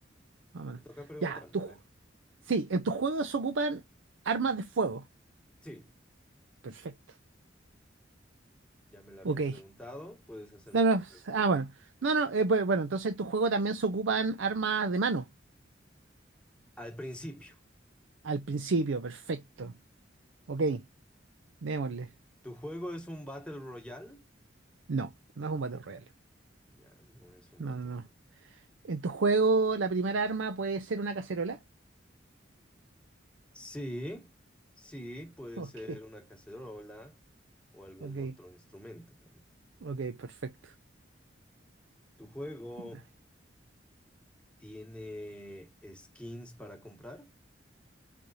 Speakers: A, on the right; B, in the centre.
A: más o menos.
B: Te toca preguntarme,
A: Ya, tú.
B: a ver.
A: Sí, en tus juegos se ocupan armas de fuego.
B: Sí,
A: Perfecto.
B: ya me la habías
A: Ok.
B: preguntado. Puedes hacerme
A: No, no,
B: otra pregunta
A: ah,
B: más.
A: bueno. No, no, eh, bu- bueno, entonces en tu juego también se ocupan armas de mano.
B: Al principio,
A: Al principio, perfecto. Ok, démosle.
B: ¿tu juego es un Battle Royale?
A: No, no es un Battle Royale.
B: Ya no es un
A: No,
B: Battle
A: no,
B: Royale.
A: no. En tu juego, la primera arma puede ser una cacerola. <laughs>
B: Sí, sí, puede
A: Ok,
B: ser una cacerola o algún
A: ok,
B: otro instrumento también.
A: ok, perfecto.
B: ¿Tu juego
A: No,
B: tiene skins para comprar?